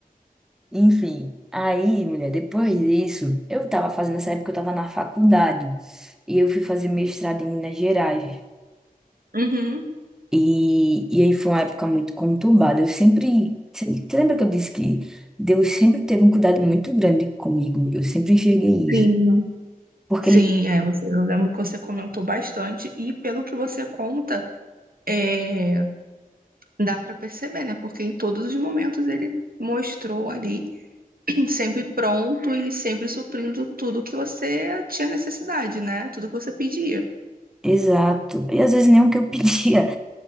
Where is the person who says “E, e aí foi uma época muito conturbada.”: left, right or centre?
Centre